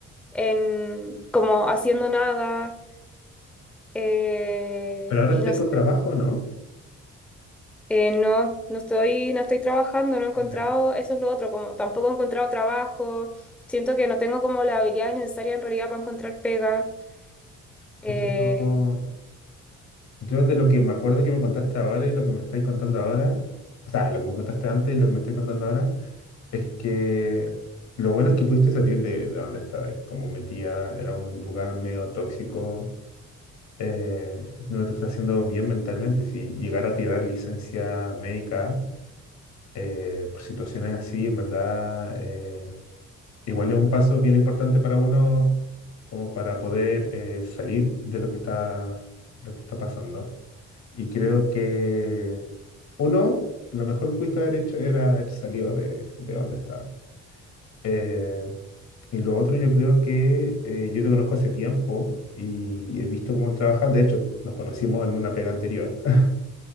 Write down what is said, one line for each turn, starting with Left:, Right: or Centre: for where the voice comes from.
Centre: en, como haciendo nada, eh,
Left: Pero ahora
Centre: y
Left: estáis
Centre: no sé.
Left: con trabajo, ¿no?
Centre: Eh, no, no estoy, no estoy trabajando, no he encontrado,
Left: Ya.
Centre: eso es lo otro, como tampoco he encontrado trabajo, siento que no tengo como la habilidad necesaria en realidad para encontrar pega,
Left: Pucha,
Centre: eh,
Left: yo, yo de lo que me acuerdo que me contaste ahora y lo que me estáis contando ahora, o sea, lo que me contaste antes y lo que me estáis contando ahora, es que lo bueno es que pudiste salir de, de donde estabais. Como metía, era un lugar medio tóxico eh, no lo estás haciendo bien mentalmente. Si llegar a tirar licencia médica eh, por situaciones así, en verdad, eh, igual es un paso bien importante para uno como para poder eh, salir de lo que está, lo que está pasando. Y creo que uno, lo mejor que pudiste haber hecho era haber salido de, de donde estaba. Eh, y lo otro, yo creo que eh, yo te conozco hace tiempo y he visto cómo trabajas. De hecho, nos conocimos en una pega anterior. <laughs>